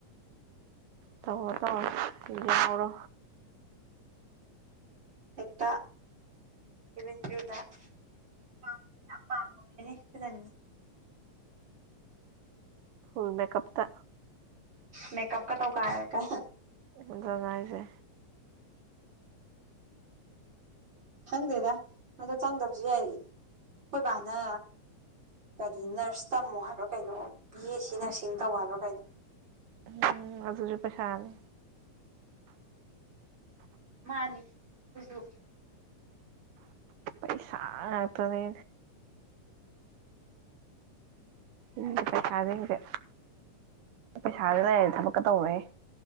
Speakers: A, on the right; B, on the right.
A: ꯇꯧꯔꯣ ꯇꯧꯔꯣ ꯌꯥꯎꯍꯧꯔꯣ
B: ꯍꯦꯛꯇꯥ ꯀꯦꯕꯤꯟ ꯀ꯭ꯔꯨꯗꯥ ꯄꯥꯝ ꯌꯥꯝ ꯄꯥꯝꯃꯨꯔꯦꯅꯦ ꯑꯗꯨꯅꯅꯤ
A: ꯐꯨꯜ ꯃꯦꯀꯞꯇꯥ
B: ꯃꯦꯀꯞ ꯀꯥ ꯇꯧꯒꯥꯏꯔꯥꯒ
A: ꯑꯗꯨꯅꯦ ꯍꯥꯏꯖꯦ
B: ꯈꯪꯗꯦꯗ ꯑꯗꯣ ꯆꯪꯗꯕꯁꯨ ꯌꯥꯏ ꯈꯣꯏ ꯕꯥꯅ ꯀꯔꯤ ꯅꯔꯁ ꯇꯝꯃꯣ ꯍꯥꯏꯕ꯭ꯔꯥ ꯀꯩꯅꯣ ꯕꯤ ꯑꯦ ꯁꯤ ꯅꯔꯁꯤꯡ ꯇꯧ ꯍꯥꯏꯕ꯭ꯔꯥ ꯀꯩꯅꯣ
A: ꯍꯝ ꯑꯗꯨꯖꯨ ꯄꯩꯁꯥꯅꯤ
B: ꯃꯥꯅꯤ ꯑꯗꯨꯖꯨ
A: ꯄꯩꯁꯥ ꯉꯥꯛꯇꯥꯅꯦ <unintelligible> ꯄꯩꯁꯥꯖꯤꯡꯖꯦ ꯄꯩꯁꯥꯗꯣ ꯂꯩꯔꯗꯤ ꯊꯕꯛꯀꯥ ꯇꯧꯔꯦꯍꯦ